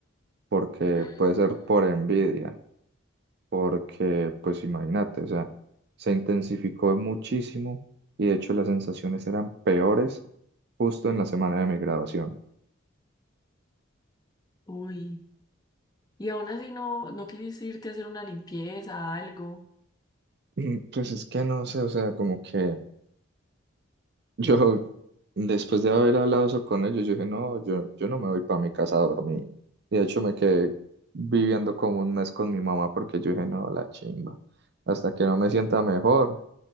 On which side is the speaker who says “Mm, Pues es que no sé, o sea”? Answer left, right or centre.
Right